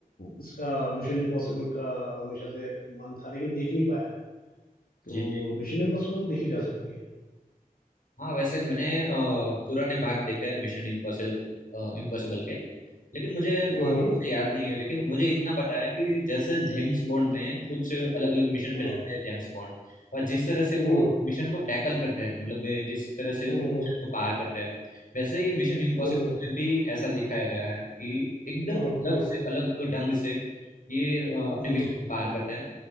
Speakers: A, on the left (about 85°); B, on the left (about 60°).
A: इसका मिशन इम्पॉसिबल का हमेशा से मन था लेकिन देख नहीं पाया। तो
B: जी जी
A: मिशन इम्पॉसिबल तो देखी जा सकती है।
B: हाँ वैसे मैंने अ, पुराने भाग देखे हैं मिशन इम्पॉसिबल इम्पॉसिबल के लेकिन मुझे अ,
A: हुँ, हुँ।
B: ठीक से याद नहीं है लेकिन मुझे इतना पता है कि जैसे जेम्स बॉन्ड में कुछ अलग अलग मिशन
A: हुँ,
B: पे जाते हैं जेम्स बॉन्ड और जिस तरह से वो
A: हुँ,
B: मिशन को टैकल करते हैं मतलब अ, जिस तरह से
A: हुँ,
B: वो मिशन
A: हुँ,
B: को पार करते हैं वैसे ही मिशन इम्पॉसिबल
A: हुँ, हुँ,
B: में भी ऐसा दिखाया गया है कि एकदम
A: हुँ, हुँ,
B: अलग से अलग ढंग से ये अ, अपने
A: हुँ,
B: मिशन को पार करते हैं